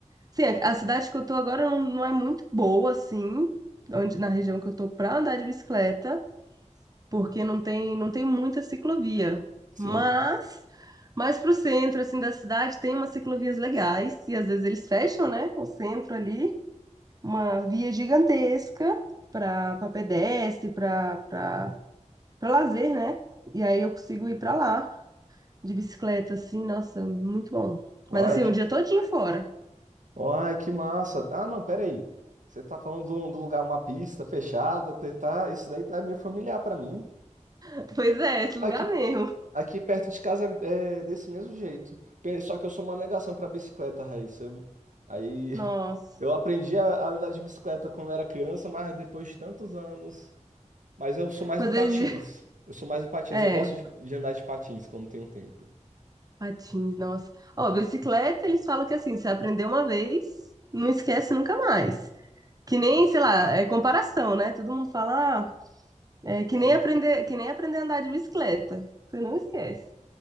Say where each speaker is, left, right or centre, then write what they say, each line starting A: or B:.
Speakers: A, on the right (about 30°); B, on the right (about 85°).
A: Sim, a a cidade que eu tô agora não não é muito boa assim, onde na região que eu tô pra andar de bicicleta. porque não tem, não tem muita ciclovia.
B: Sim.
A: Mas, mais para o centro assim da cidade tem umas ciclovias legais e às vezes eles fecham, né, o centro ali, uma via gigantesca para para pedestre, para para para lazer, né? E aí eu consigo ir para lá de bicicleta assim, nossa, muito bom.
B: Ai,
A: Mas assim,
B: que,
A: o dia todinho fora.
B: ai, que massa. Ah, não, peraí. Você tá falando do, do lugar, uma pista fechada, tá, tá- isso daí tá meio familiar para mim.
A: <laughs> Pois é, esse lugar
B: Aqui,
A: mesmo.
B: aqui perto de casa é, é desse mesmo jeito. Pe- Só que eu sou uma negação pra bicicleta, Raíssa. Eu- Aí <laughs>
A: Nossa.
B: eu aprendi a, a andar de bicicleta quando era criança, mas depois de tantos anos. Mas eu sou mais
A: Mas
B: do patins.
A: eles,
B: Eu sou mais do
A: <laughs>
B: patins.
A: é,
B: Eu gosto de, de andar de patins quando tenho tempo.
A: Patins, nossa. Ó, bicicleta, eles falam que assim, você aprendeu uma vez, não esquece nunca mais. Que nem, sei lá, é comparação, né? Todo mundo fala, ah, é que
B: Hum.
A: nem aprender, que nem aprender a andar de bicicleta. Você não esquece.